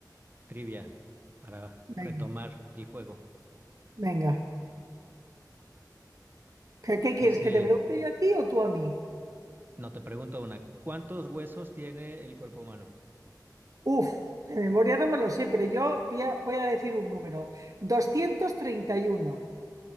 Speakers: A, on the right; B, on the right.
A: trivia para
B: Venga,
A: retomar el juego.
B: venga. ¿Pero qué quieres?
A: Dice,
B: ¿Que te pregunte yo a ti o tú a mí?
A: no te pregunto una, ¿cuántos huesos tiene el cuerpo humano?
B: Uf, de memoria no me lo sé, pero yo voy a, voy a decir un número. doscientos treinta y uno